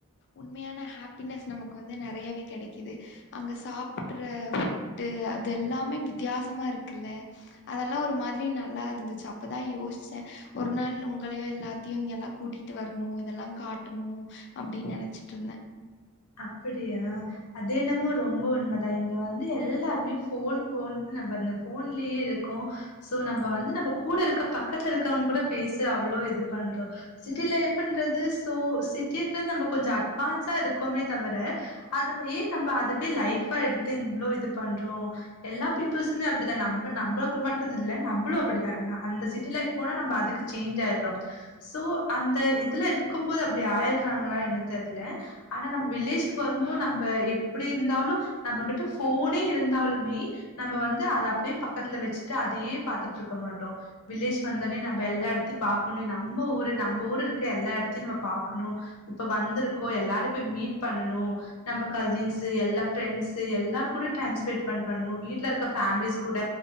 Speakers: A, on the left; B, on the left.
A: உண்மையான ஹேப்பினஸ் நமக்கு வந்து நெறையாவே கெடைக்கிது அங்க சாப் சப்படுற ஃபுட்டு அது எல்லாமே வித்தியாசமா இருக்குல்ல அதெல்லா ஒரு மாதிரி நல்லா இருந்துச்சு அப்பதா யோஸ்ச்சே ஒரு நாள் உங்களயோ எல்லாத்தையு இங்கெல்லா கூட்டிட்டு வரணு இதெல்லா காட்டணு அப்டின் நெனச்சிட்டுருந்த
B: அப்புடியா அது என்னமோ ரொம்ப உண்மதா இங்க வந்து எல்லாருமே ஃபோன் ஃபோன்னு நம்ம அந்த ஃபோன்லேயே இருக்கோ சோ நம்ப வந்து நம்ம கூட இருக்க பக்கத்துல இருக்கவுங்க கூட பேச அவ்ளோ இது பண்றோ சிட்டி லைஃப்ன்றது சோ சிட்டின்றது நம்ம கொஞ்சோ அட்வான்ஸா இருக்கோமே தவர அதுவயே நம்ம அதுவே லைஃபா எடுத்து இந் இவ்ளோ இது பண்றோ எல்லா பீப்புள்ஸுமே அப்டித்தா நம்ப நம்க்கு மட்டுதில்ல நம்ளு அப்டிதா அந்த சிட்டி லைஃப் போனா நம்ப அதுக்கு சேஞ்ச் ஆயிட்றோ சோ அந்த இதுல இருக்கும் போது அப்டி ஆய்டுறாங்களா என்ன தெர்ல ஆனா நம்ப வில்லேஜ்கு வரும்போ நம்ப எப்டி இருந்தாலு நம்கிட்ட ஃபோனே இருந்தாலுமே நம் வந்து அத அப்டியே பக்கத்துல வச்சுட்டு அதையே பாத்துட்டு இருக்க மாட்டோ வில்லேஜ் வந்தோனே நம்ம எல்லா இடத்தை பாக்கணு நம்ம ஊரு நம்ம ஊரு இருக்க எல்லா இடத்தையு நம்ம பாக்கணு இப்ப வந்திருக்கோ எல்லாரையு போய் மீட் பண்ணணு நம்ப கசின்ஸு எல்லா ஃப்ரெண்ட்ஸு எல்லார்கூடயு டைம் ஸ்பெண்ட் பண் பண்ணு வீட்ல இருக்க ஃபேமிலிஸ் கூட